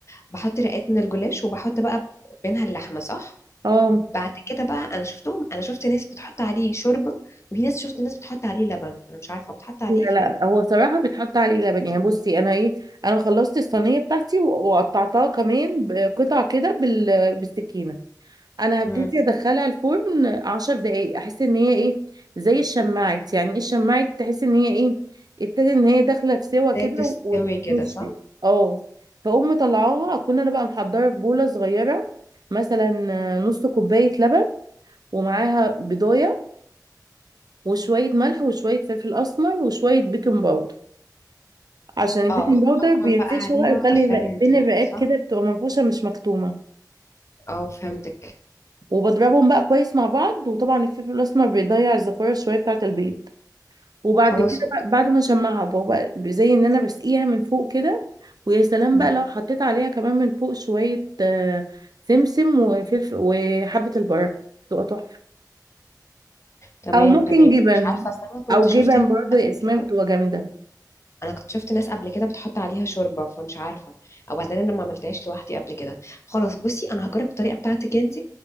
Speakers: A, on the left; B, on the right.
A: بحط رقات من الجلاش وبحط بقى بينها اللحمة صح
B: اه
A: بعد كده بقى انا شفتهم انا شفت ناس بتحط عليه شوربة وفي ناس شفت ناس بتحط عليه لبن فانا مش عارفة بتحط عليه
B: لا
A: ايه فيهم
B: لا هو صراحة بيتحط عليه لبن يعني بصي انا ايه انا خلصت الصينية بتاعتي و- وقطعتها كمان بقطع كده بال... بالسكينة انا هبتدي
A: امم
B: ادخلها الفرن عشر دقايق احس ان هي ايه زي الشماعة يعني ايه الشماعة تحس ان هي ايه ابتدي ان هي داخلة في سوا كده
A: ده تستوي
B: و-
A: كده
B: ونشفت
A: صح
B: اه فاقوم مطلعاها اكون انا بقى محضرة في بولة صغيرة مثلا نص كوباية لبن ومعاها بيضاية وشوية ملح وشوية فلفل أسمر وشوية بيكنج باودر عشان البيكنج
A: اه واحطهم
B: باودر بينفشها
A: بقى عليها
B: بقى يخلي
A: وادخلها
B: الرق-
A: تاني
B: بين الرقات
A: صح
B: كده بتبقى منفوشة مش مكتومة
A: اه فهمتك
B: وبضربهم بقى كويس مع بعض وطبعا الفلفل الأسمر بيضيع الزفارة شوية بتاعة البيض وبعد
A: خلاص
B: كده
A: اوكي
B: بقى بعد ما نشمعها بقى بقى زي إن أنا بسقيها من فوق كده ويا سلام
A: مم.
B: بقى لو حطيت عليها كمان من فوق شوية آه، سمسم وفلفل وحبة البركة بتبقى تحفة
A: تمام
B: أو ممكن
A: تمام
B: جبن
A: مش عارفه اصل انا كنت
B: أو
A: شفت
B: جبن
A: ناس
B: برضه
A: قبل
B: يا إسماء
A: كده
B: بتبقى جامدة
A: انا كنت شفت ناس قبل كده بتحط عليها شوربه فمش عارفه او بعدين انا ما عملتهاش لوحدي قبل كده خلاص بصي انا هجرب الطريقه بتاعتك انت